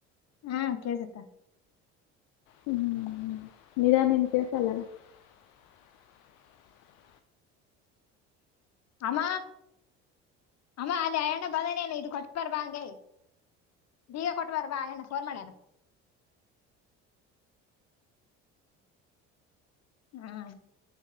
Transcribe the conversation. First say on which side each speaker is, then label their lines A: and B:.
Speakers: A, on the left; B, on the left.
A: ಹಾ ಕೇಳ್ಸತ್ತ.
B: ಹ್ಮ್ ನಿದಾನ ಏನ್ ಕೆಲಸಳಲ್ಲ. <inaudible>
A: ಅಮ್ಮ ಅಮ್ಮಾ <unintelligible> ಬೀಗ ಕೊಟ್ಟ ಬಾ ಆ ಅಣ್ಣ ಫೋನ್ ಮಾಡ್ಯನಾ ಹ್ಮ್